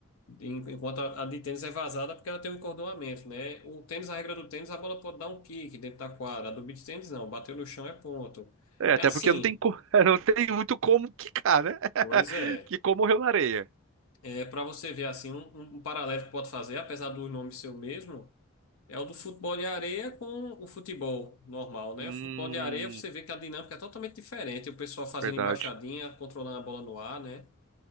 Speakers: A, on the left (about 75°); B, on the right (about 65°).
A: En- Enquanto a, a de tênis é vazada porque ela tem o encordoamento, né? O tênis, a regra do tênis, a bola pode dar um kick dentro da quadra. A do beach tênis não, bateu no chão é ponto.
B: É, até
A: É assim.
B: porque não tem, co- <laughs> não tem muito como quicar, né? <laughs>
A: Pois é.
B: Que como morreu na areia.
A: É, para você ver assim, um, um um paralelo que pode fazer, apesar do nome ser o mesmo, é o do futebol de areia com o futebol normal, né?
B: Hum,
A: O futebol de areia você vê que a dinâmica é totalmente diferente, o pessoal fazendo
B: verdade.
A: embaixadinha, controlando a bola no ar, né?